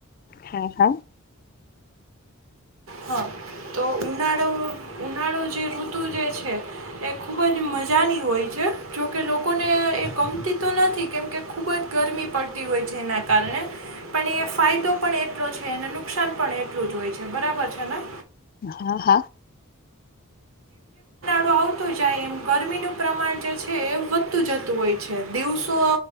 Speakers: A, on the left (about 40°); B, on the right (about 70°).
A: હા હા.
B: હા તો ઉનાળો ઉનાળો જે ઋતુ જે છે એ ખૂબ જ મજાની હોય છે જોકે લોકોને એ ગમતી તો નથી કેમકે ખૂબ જ ગરમી પડતી હોય છે એના કારણે પણ એ ફાયદો પણ એટલોજ છે એને નુકસાન પણ એટલું જ હોય છે બરાબર છે. હેના
A: હા હા.
B: તો આવતું જાય એમ ગરમીનું પ્રમાણ જે છે એ વધતું જતું હોય છે દિવસો